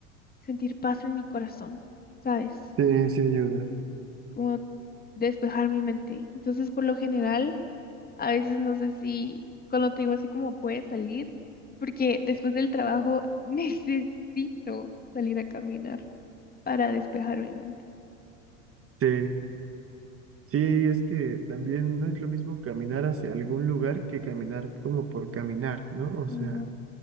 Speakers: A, on the left (about 25°); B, on the right (about 35°).
A: sentir paz en mi corazón, ¿sabes?
B: sí, sí ayuda.
A: Como despejar mi mente. Entonces, por lo general, a veces no sé si cuando te digo así como voy a salir, porque después del trabajo <laughs> necesito salir a caminar para despejar mi mente.
B: Sí, sí, es que también no es lo mismo caminar hacia algún lugar que caminar como por caminar, ¿no? O sea,
A: Ujú,